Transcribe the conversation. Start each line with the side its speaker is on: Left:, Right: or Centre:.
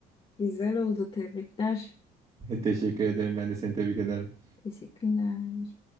Left: Güzel oldu. Tebrikler.
Right: <laughs> Teşekkür ederim. Ben de seni tebrik ederim.
Left: Teşekkürler.